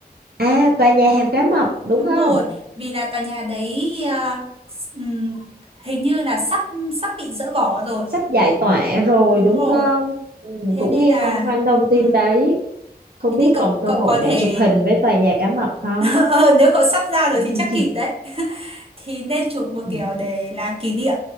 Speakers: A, on the right (about 70°); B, on the right (about 35°).
A: À, tòa nhà Hàm Cá Mập đúng
B: Đúng
A: không?
B: rồi, vì là tòa nhà đấy à, s- ừm, hình như là sắp sắp bị dỡ bỏ rồi.
A: Sắp giải tỏa rồi
B: Đúng
A: đúng
B: rồi.
A: không? Ừ,
B: Thế
A: cũng
B: nên
A: nghe
B: là
A: phong phanh thông tin
B: ừm,
A: đấy. Không
B: thế nên
A: biết
B: cậu
A: còn cơ
B: cậu
A: hội
B: có thể
A: để chụp hình với tòa nhà Cá Mập không?
B: <laughs> Ờ, nếu cậu sắp ra rồi
A: <laughs>
B: thì chắc kịp đấy. <laughs> Thì nên chụp một
A: Ừ.
B: kiểu để làm kỷ niệm.